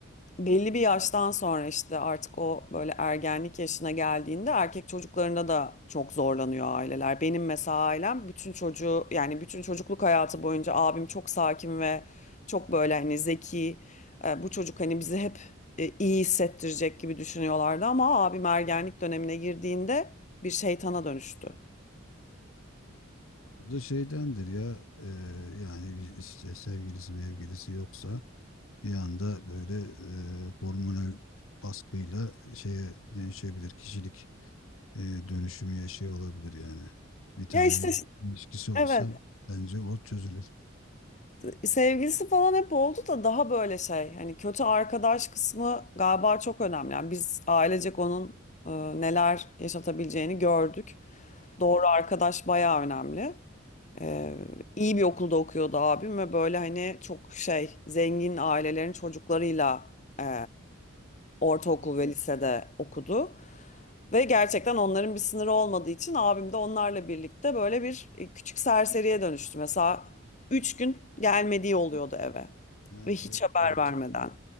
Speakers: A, on the left (about 35°); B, on the left (about 85°).
A: belli bir yaştan sonra işte artık o böyle ergenlik yaşına geldiğinde erkek çocuklarında da çok zorlanıyor aileler. Benim mesela ailem bütün çocuğu yani bütün çocukluk hayatı boyunca abim çok sakin ve çok böyle hani zeki. e, bu çocuk hani bizi hep e, iyi hissettirecek gibi düşünüyorlardı ama abim ergenlik dönemine girdiğinde bir şeytana dönüştü.
B: O da şeydendir ya e, yani bir işte sevgilisi mevgilisi yoksa bir anda böyle e, hormonal baskıyla şeye dönüşebilir. Kişilik e, dönüşümü yaşıyor olabilir yani. Bir tane
A: Ya işte
B: ilişkisi olsa
A: evet.
B: bence o çözülür.
A: E, Sevgilisi falan hep oldu da daha böyle şey hani kötü arkadaş kısmı galiba çok önemli. Yani biz ailecek onun e, neler yaşatabileceğini gördük. Doğru arkadaş bayağı önemli. E, iyi bir okulda okuyordu abim ve böyle hani çok şey zengin ailelerin çocuklarıyla e, ortaokul ve lisede okudu. Ve gerçekten onların bir sınırı olmadığı için abim de onlarla birlikte böyle bir e, küçük serseriye dönüştü. Mesela 3 gün gelmediği oluyordu eve
B: Ha,
A: ve hiç
B: doğru.
A: haber
B: Dertsiz,
A: vermeden.